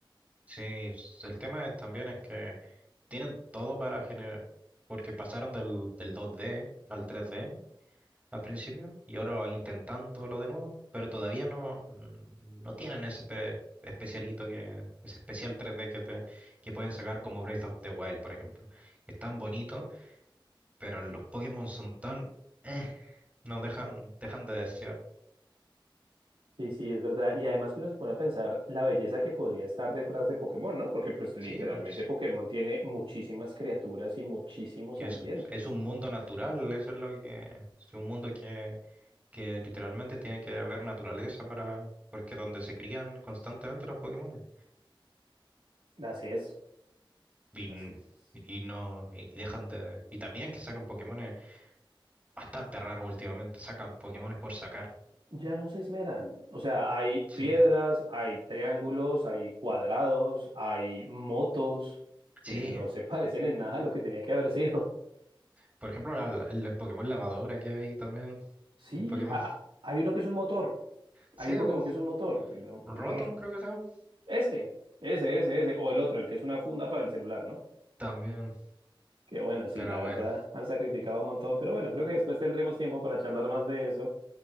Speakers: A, on the right; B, on the right.
A: sí. s- El tema es también es que tienen todo para generar, porque pasaron del, del 2D al 3D al principio y ahora intentándolo de nuevo, pero todavía no, no tienen ese pe- especialito que, ese especial 3D que, te- que pueden sacar como Breath of the Wild, por ejemplo, que es tan bonito, pero en los Pokémon son tan... eh, no dejan, dejan de desear.
B: Sí, sí, es verdad. Y además que uno se pone a pensar la belleza que podría estar detrás de Pokémon, ¿no? Porque pues literalmente
A: Sí, pues
B: Pokémon tiene muchísimas criaturas y muchísimos
A: y
B: ambientes.
A: eso. Es un mundo natural, eso es lo que... Es un mundo que, que literalmente tiene que haber naturaleza para... Porque donde se crían constantemente los Pokémon.
B: Así es,
A: Y,
B: así es.
A: y no, y dejan de. Y también que sacan Pokémones bastante raros últimamente, sacan Pokémones por sacar.
B: Ya no se esmeran. O sea, hay
A: Sí.
B: piedras, hay triángulos, hay cuadrados, hay motos
A: Sí.
B: que no se <laughs> parecen en nada a lo que tenía que haber sido.
A: Por ejemplo, la- la- el Pokémon lavadora que hay también.
B: Sí,
A: Un Pokémon.
B: ah, ah, hay uno que es un motor.
A: Sí,
B: Hay un Pokémon
A: bo,
B: que es un motor. Y uno,
A: Rotom
B: mm,
A: creo que se llama.
B: ese, ese, ese, ese. O el otro, el que es una funda para el celular, ¿no?
A: También.
B: Que bueno, sí,
A: Pero
B: la verdad
A: bueno.
B: han sacrificado un montón, pero bueno, creo que después tendremos tiempo para charlar más de eso.